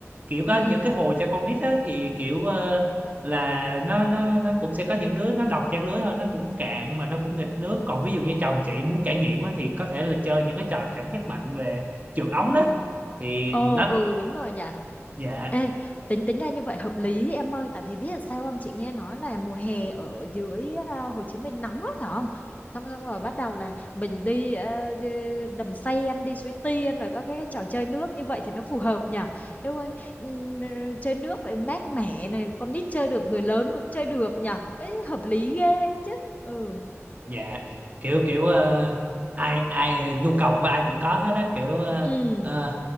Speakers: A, on the right; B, on the left.
A: kiểu có
B: ừ
A: những cái hồ cho con nít á thì kiểu ờ, là nó nó nó cũng sẽ có những đứa nó đồng trang lứa thôi nó cũng cạn mà nó cũng nghịch nước còn ví dụ như chồng chị muốn trải nghiệm á thì có thể là chơi những cái trò cảm giác mạnh về trượt ống
B: ừ
A: đó thì
B: ồ
A: nó
B: ừ đúng rồi nhỉ
A: dạ
B: Ê, tính tính ra như vậy hợp lý em ơi tại vì biết là sao không chị nghe nói là mùa hè ở dưới à, Hồ Chí Minh nóng lắm phải không xong xong rồi bắt đầu là mình đi à, đi đầm xây ăn đi Suối Tiên rồi có cái trò chơi nước như vậy thì nó phù hợp nhỉ Nếu ơi ừm, ờ, chơi nước vậy mát mẻ này con nít chơi được người lớn cũng chơi được nhỉ Ê, hợp lý ghê chứ ừ
A: dạ kiểu kiểu ờ, ai ai nhu cầu của ai cũng có hết á kiểu ờ,
B: ừ
A: ờ,